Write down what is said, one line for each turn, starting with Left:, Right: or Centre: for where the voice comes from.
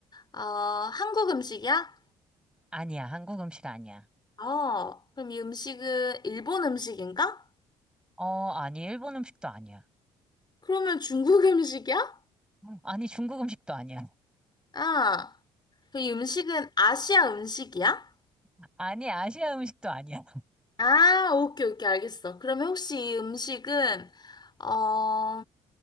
Left: 어, 한국 음식이야?
Centre: 아니야, 한국 음식 아니야.
Left: 어, 그럼 이 음식은 일본 음식인가?
Centre: 어, 아니, 일본 음식도 아니야.
Left: 그러면 중국 <laughs> 음식이야?
Centre: 아니, 중국 음식도 아니야.
Left: 아, 그 음식은 아시아 음식이야?
Centre: <laughs> 아니, 아시아 음식도 아니야.
Left: 아, 오케이, 오케이, 알겠어. 그러면 혹시 이 음식은, 어,